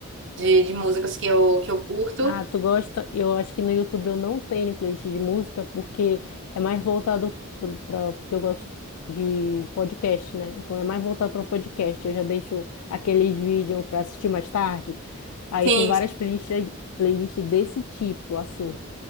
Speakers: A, on the right; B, on the left.
A: de, de músicas que eu, que eu curto.
B: Ah, tu gosta? Eu acho que no YouTube eu não tenho playlist de música porque é mais voltado para porque eu gosto de podcast, né? Então é mais voltado para podcast. Eu já deixo aqueles vídeos para assistir mais tarde. Aí
A: Sim,
B: tem várias playlists, playlists desse tipo, assim,